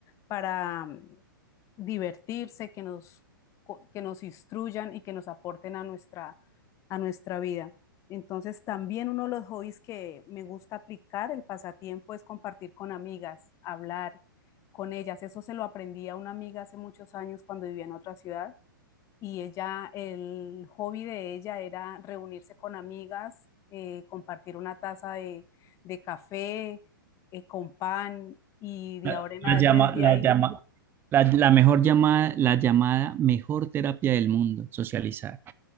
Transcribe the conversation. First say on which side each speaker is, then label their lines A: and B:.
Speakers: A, on the left; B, on the right.
A: para, divertirse, que nos, que nos instruyan y que nos aporten a nuestra, a nuestra vida. Entonces, también uno de los hobbies que me gusta aplicar, el pasatiempo, es compartir con amigas, hablar con ellas. Eso se lo aprendí a una amiga hace muchos años cuando vivía en otra ciudad y ella, el hobby de ella era reunirse con amigas, eh, compartir una taza de, de café, eh, con pan y de
B: la,
A: ahora en
B: la
A: a-
B: llama,
A: desde
B: la
A: ahí
B: llama, La, la mejor llamada, la llamada mejor terapia del mundo, socializar.